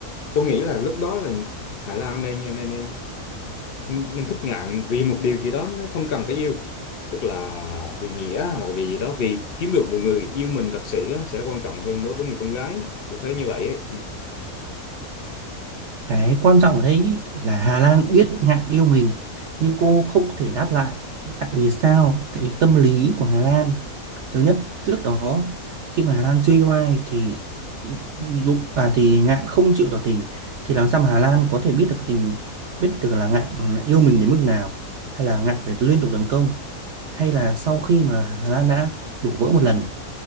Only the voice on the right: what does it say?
cái quan trọng ở đây ý là Hà Lan biết ngạn yêu mình nhưng cô không thể đáp lại tại vì sao tại vì tâm lý của Hà Lan Thứ nhất, trước đó khi mà Hà Lan chưa yêu ai thì lúc à thì Ngạn không chịu tỏ tình thì làm sao mà Hà Lan có thể biết được cái tình biết được là Ngạn yêu mình đến mức nào hay là Ngạn phải liên tục tấn công hay là sau khi mà Hà Lan đã đổ vỡ một lần